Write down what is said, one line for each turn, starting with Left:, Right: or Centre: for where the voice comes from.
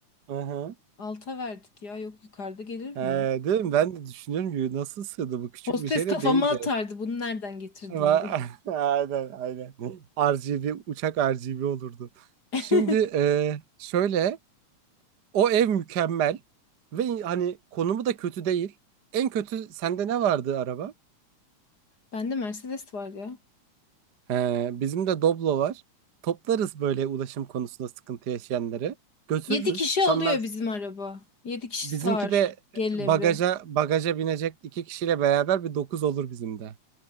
Right: Hı hı.
Left: Alta verdik ya. Yok yukarıda gelir
Right: He,
Left: mi?
Right: değil mi? Ben de düşünüyorum ki nasıl sığdı bu küçük
Left: Hostes
Right: bir şey
Left: kafama
Right: de değildi.
Left: atardı. Bunu nereden getirdin
Right: Ama-
Left: diye.
Right: <laughs> Aynen aynen. RGB uçak RGB olurdu.
Left: <laughs>
Right: Şimdi eee, şöyle o ev mükemmel ve hani konumu da kötü değil. En kötü sende ne vardı araba?
Left: Bende Mercedes var ya.
Right: He, bizim de Doblo var. Toplarız böyle ulaşım konusunda sıkıntı yaşayanları. Götürürüz.
Left: Yedi kişi
Right: Sen
Left: alıyor
Right: Mer-
Left: bizim araba. Yedi kişi
Right: bizimki
Left: sığar.
Right: de
Left: Gelebi.
Right: bagaja bagaja binecek iki kişiyle beraber bir dokuz olur bizim de.